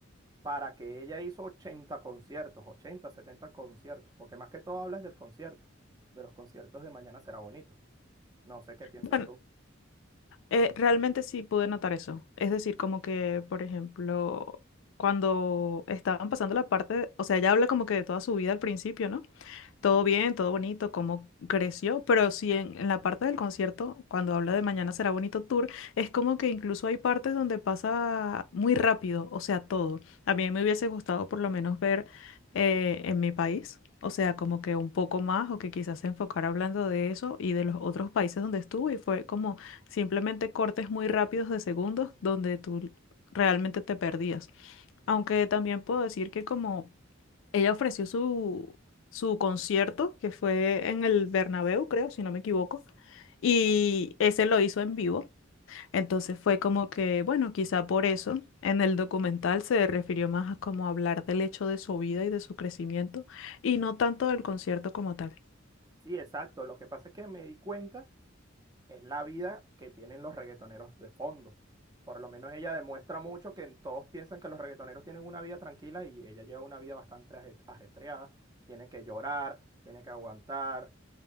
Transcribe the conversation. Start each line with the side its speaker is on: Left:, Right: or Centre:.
Right: para que ella hizo 80 conciertos, 80, 70 conciertos, porque más que todo hablas del concierto, de los conciertos de Mañana Será Bonito. No sé qué piensas
Left: Bueno,
Right: tú.
Left: eh, realmente sí pude notar eso. Es decir, como que, por ejemplo, cuando estaban pasando la parte, o sea, ella habla como que de toda su vida al principio, ¿no? Todo bien, todo bonito, cómo creció, pero sí en, en la parte del concierto, cuando habla de mañana será bonito tour, es como que incluso hay partes donde pasa muy rápido, o sea, todo. A mí me hubiese gustado por lo menos ver eh, en mi país, o sea, como que un poco más o que quizás se enfocara hablando de eso y de los otros países donde estuvo y fue como simplemente cortes muy rápidos de segundos donde tú realmente te perdías. Aunque
Right: Sí,
Left: también puedo decir que como... Ella ofreció su, su concierto, que fue en el Bernabéu, creo, si no me equivoco, y
Right: exacto.
Left: ese lo hizo en vivo. Entonces fue como que, bueno, quizá por eso en el documental se refirió más a como hablar del hecho de su vida y de su crecimiento, y no tanto del concierto como tal.
Right: Sí, exacto. Lo que pasa es que me di cuenta es la vida que tienen los reggaetoneros de fondo. Por lo menos ella demuestra mucho que todos piensan que los reggaetoneros tienen una vida tranquila y ella lleva una vida bastante aje- ajetreada. Tiene que llorar, tiene que aguantar,